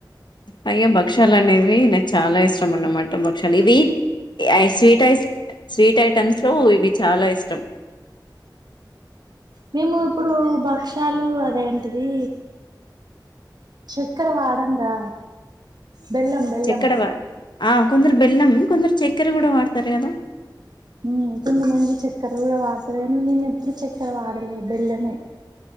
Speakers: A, on the left; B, on the right.
A: అవి భక్షాలు అనేవి నాకు చాలా ఇష్టం అన్నమాట భక్షాలు ఆ స్వీట్ ఐస్ స్వీట్ ఐటమ్స్ లో ఇవి చాలా ఇష్టం
B: మేము ఇప్పుడు భక్షలు అదేంటి అది చెక్కర వాడం రా బెల్లం బెల్లం
A: చెక్కడ ఆ కొందరు బెల్లం కొందరు చక్కెర కూడా వాడతారు కదా
B: మ్మ్ కొంతమంది చక్కెర కూడా వాడతారు కాని నేను ఎప్పుడు చక్కెర వాడలే బెళ్ళమే